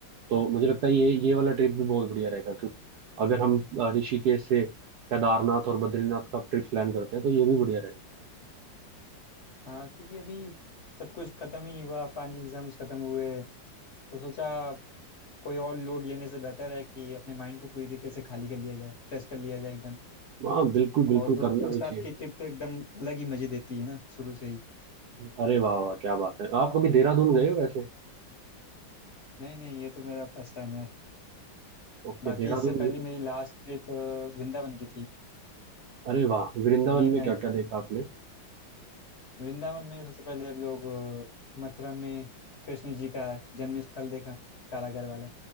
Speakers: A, on the right; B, on the left.
A: तो मुझे लगता है ये ये वाला ट्रिप भी बहुत बढ़िया रहेगा क्योंकि अगर हम अ, ऋषिकेश से केदारनाथ और बद्रीनाथ का ट्रिप प्लान करते हैं तो ये भी बढ़िया रहेगा
B: हाँ क्योंकि अभी सब कुछ खत्म ही हुआ फाइनल एग्जाम्स खत्म हुए तो सोचा कोई और लोड लेने से बेहतर है कि अपने माइंड को पूरी तरीके से खाली कर लिया जाए फ्रेश कर लिया जाए एकदम
A: हाँ बिल्कुल बिल्कुल
B: और दोस्तों
A: करना
B: के
A: भी
B: साथ
A: चाहिए
B: की ट्रिप तो एकदम अलग ही मजे देती है ना शुरू से ही
A: अरे वाह वाह क्या बात है आप कभी देहरादून गए हो वैसे
B: नहीं नहीं ये तो मेरा फर्स्ट टाइम है
A: ओके
B: बाकी
A: देहरादून
B: इससे पहले मेरी लास्ट ट्रिप वृंदावन की थी
A: अरे वाह वृंदावन
B: अभी मैं
A: में क्या क्या देखा आपने
B: वृंदावन में सबसे पहले हम लोग अ, मथुरा में कृष्ण जी का जन्म स्थल देखा कारागर वाला